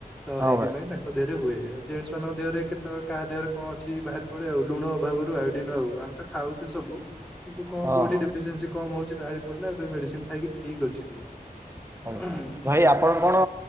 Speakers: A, in the centre; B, on the right.
A: ତ
B: ହଁ
A: ହେଇଥିପାଇଁ
B: ଭାଇ
A: ତାଙ୍କ ତାଙ୍କ ଦେହରେ ହୁଏ ଜେଣ୍ଟସ୍ ମାନଙ୍କ ଦେହରେ କେତେ କାହା ଦେହରେ କଣ ଅଛି ବାହାରି ପଡେ ଆଉ ଲୁଣ ଅଭାବରୁ ଆୟୋଡିନ ଆଉ ଆମେତ ଖାଉଚୁ ସବୁ। କିନ୍ତୁ କଣ
B: ହଁ
A: କୋଉଠି
B: ହଁ
A: ଡେଫିସିଏନ୍ସି କମ ହଉଛି ବାହାରି ପଡ଼ିଲା ଏବେ ମେଡିସିନ ଖାଇକି ଠିକ୍ ଅଛି ଟିକେ।
B: ହଉ
A: ହୁଁ।
B: ଭାଇ ଆପଣ କଣ